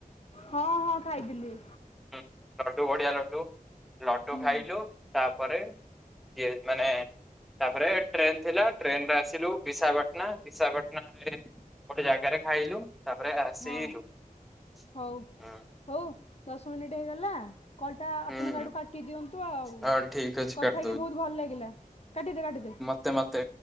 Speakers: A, on the left; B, in the centre.
A: ହଁ- ହଁ ଖାଇଥିଲି‌।
B: ହୁଁ ଲଡୁ ବଢିଆ ଲଡୁ, ଲଡୁ
A: ହୁଁ
B: ଖାଇଲୁ ତାପରେ, ଇଏ ମାନେ ତାପରେ ଟ୍ରେନ ଥିଲା ଟ୍ରେନରେ ଆସିଲୁ ବିଶାଖପାଟଣା, ବିଶାପାଟଣାରେ ଗୋଟେ ଜାଗାରେ ଖାଇଲୁ, ତାପରେ ଆସିଲୁ
A: ହଁ
B: ହଁ।
A: ହଉ। ହଉ ଦଶ ମିନିଟ୍ ହେଇଗଲା, କଲ୍ ଟା ଆପଣଙ୍କ
B: ହୁଁ ହୁଁ
A: ଆଡୁ କାଟି ଦିଅନ୍ତୁ ଆଉ‌।
B: ହଁ ଠିକ ଅଛି
A: କଥା
B: କାଟି
A: ହେଇକି ବହୁତ ଭଲ ଲାଗିଲା, କାଟିଦେ କାଟିଦେ।
B: ତତେ ମତେ